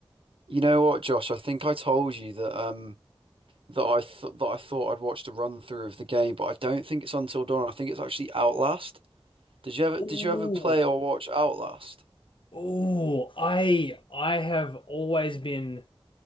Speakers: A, on the right; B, on the left.
A: you know what, Josh? I think I told you that um that I th that I thought I'd watched a run through of the game, but I don't think it's Until Dawn. I think it's actually Outlast. Did you ever
B: Ooh,
A: did you ever play or watch Outlast?
B: ooh, I I have always been